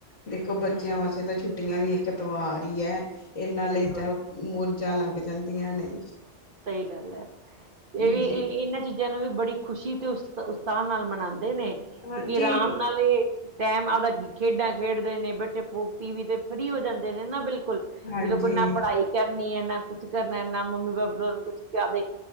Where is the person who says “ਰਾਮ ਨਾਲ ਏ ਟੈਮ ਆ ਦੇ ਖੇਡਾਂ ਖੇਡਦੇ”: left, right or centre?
Right